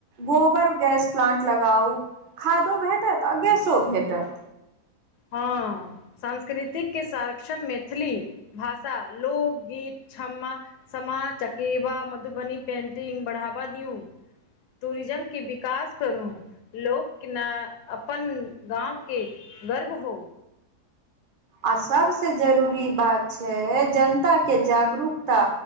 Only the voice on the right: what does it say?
गोबर गैस प्लान्ट लगाउ खादो भेटत आ गैसो भेटत।
आ सभसँ जरूरी बात छैय जनताके जागरूकता।